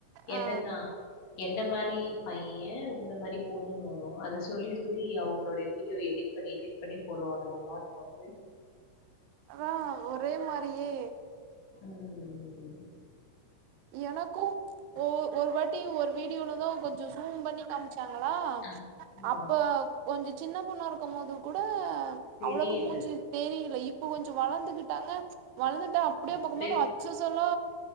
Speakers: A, on the left (about 90°); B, on the right (about 85°).
A: என்னன்னா
B: ஆ
A: என்ன மாரி பையன் உன்ன மாரி பொண்ணுனு வரும் அத சொல்லி சொல்லி அவுங்களோட வீடியோ எடிட் இப்டி எடிட் பண்ணி போடுவாங்க நல்லா இருக்கு அது
B: ஆ ஒரே மாரியே
A: ம் ம் ம்
B: எனக்கு ஒ ஒரு வாட்டி ஒரு வீடியோலதா கொஞ்சோ ஜூம் பண்ணி காமிச்சாங்களா
A: ஆமா,
B: அப்ப கொஞ்சோ சின்ன பொண்ணா இருக்கு போது கூட
A: தெரியல
B: அவளுக்கு மூஞ்சு தெரியல இப்ப கொஞ்சோ வளர்ந்துகிட்டாங்க வளர்ந்துட்டா அப்டியே பாக்கும்
A: இப்படி
B: போது
A: இருக்கு
B: அச் சு அசலா